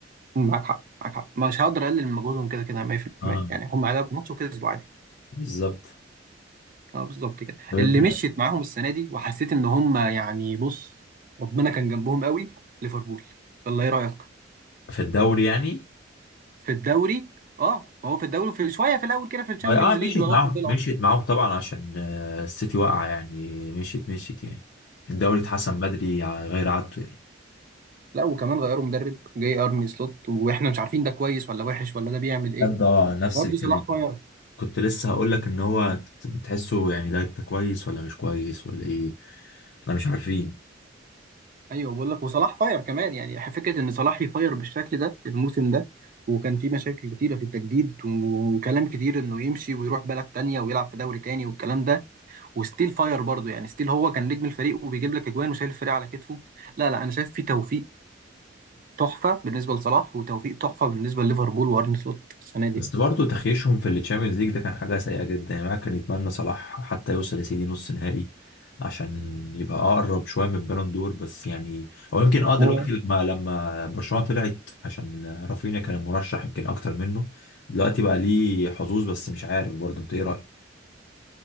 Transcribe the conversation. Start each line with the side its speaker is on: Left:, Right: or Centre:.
Right: مم، معاك حق معاك حق مش هقدر اقلل من مجهودهم كده كده 100%
Left: اه
Right: يعني هم لعبوا ماتش وكسبوا عادي
Left: بالظبط
Right: اه بالظبط كده
Left: طب
Right: اللي
Left: انت
Right: مشيت معاهم السنه دي وحسيت ان هم يعني بص ربنا كان جنبهم قوي ليفربول الله ايه رايك
Left: في الدوري يعني
Right: في الدوري اه ما هو في الدوري في شويه في الاول كده في الشامبيونز
Left: اه آه، مشيت
Right: ليج لغايه
Left: معاهم
Right: ما طلعوا
Left: مشيت معاهم طبعا عشان آه، السيتي واقعه يعني مشيت مشيت يعني الدوري اتحسم بدري على غير عادته يعني
Right: لا وكمان غيروا مدرب جاي ارني سلوت واحنا مش عارفين ده كويس ولا وحش ولا ده بيعمل ايه
Left: بجد اه نفس
Right: برضه
Left: الكلام
Right: صلاح فاير
Left: كنت لسه هقول لك ان هو تحسه يعني ده انت كويس ولا مش كويس ولا ايه احنا مش عارفين
Right: ايوه بقول لك وصلاح فاير كمان يعني فكره ان صلاح يفاير بالشكل ده الموسم ده وكان في مشاكل كتيره في التجديد و- وكلام كتير انه يمشي ويروح بلد تانية ويلعب في دوري تاني والكلام ده وستيل فاير برضه يعني ستيل هو كان نجم الفريق وبيجيب لك اجوان وشايل الفريق على كتفه لا لا انا شايف في توفيق تحفه بالنسبه لصلاح وتوفيق تحفه بالنسبه لليفربول وارني سلوت السنه دي
Left: بس
Right: يعني.
Left: برضه تخيشهم في التشامبيونز ليج ده كان حاجة سيئة جدا يعني الواحد كان يتمنى صلاح حتى يوصل يا سيدي نص نهائي عشان يبقى أقرب شوية من البالون دور بس يعني أو يمكن أه دلوقتي
Right: هو-
Left: لما لما برشلونة طلعت عشان رافينيا كان مرشح يمكن أكتر منه دلوقتي بقى ليه حظوظ بس مش عارف برضه أنت إيه رأيك؟